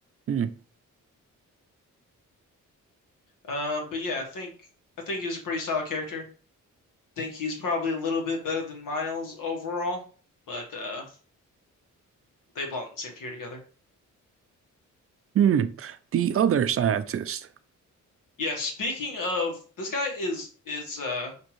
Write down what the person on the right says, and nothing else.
Hmm.
Hmm. The other scientist.